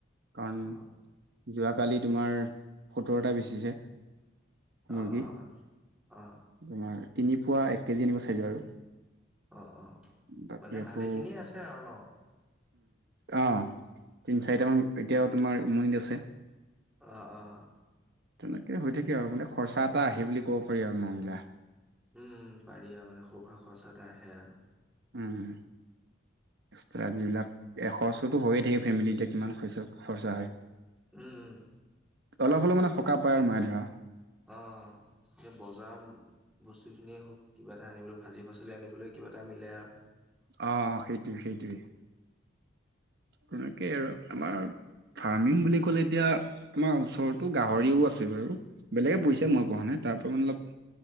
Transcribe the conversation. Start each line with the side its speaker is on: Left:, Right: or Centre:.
Right: কাৰণ
Centre: অ
Right: যোৱাকালি তোমাৰ, সোতৰটা বেচিছে।
Centre: অ
Right: মুৰ্গী,
Centre: অ অ অ',
Right: তোমাৰ তিনি পোৱা, এক কেজি আনিব, চাইজৰ আৰু।
Centre: অ' অ'!
Right: বাকী
Centre: মানে,
Right: আকৌ
Centre: ভালেখিনিয়ে আছে আৰু ন'?
Right: অ'! তিনি-চাৰিটামান, এতিয়াও তোমাৰ উমনিত আছে।
Centre: অ' অ'!
Right: তেনেকে হৈ থাকে আৰু। মানে, খৰচা এটা আহে বুলি ক'ব পাৰি আৰু। <unintelligible>
Centre: উম! পাৰি আৰু। মানে, সৰু-সুৰা খৰচা এটা আহে আৰু।
Right: উম! উম! এক্সট্ৰা যিবিলাক, এই, খৰচোতো হৈয়ে থাকে, ফেমিলি। এতিয়া, কিমান খৰচা-খৰচা হয়।
Centre: উম! উম!
Right: অলপ হ'লও মানে, সকাহ পায় আৰু মায়ে ধৰা।
Centre: অ'! এ, বজাৰ বস্তুখিনিয়ে হওঁক, কিবা এটা আনিবলৈ, ভাজি পাচলি আনিবলৈ। কিবা এটা মিলে আও।
Right: অ' অ'! সেইটোৱে, সেইটোৱেই। তেনেকেই আৰু। আমাৰ ফাৰ্মিং বুলি ক'লে! এতিয়া, আমাৰ ওচৰতো গাহৰিও আছে বাৰু। বেলেগে পুহিচে,
Centre: উম,
Right: মই পুহা নাই। তাৰপৰা, মানে অলপ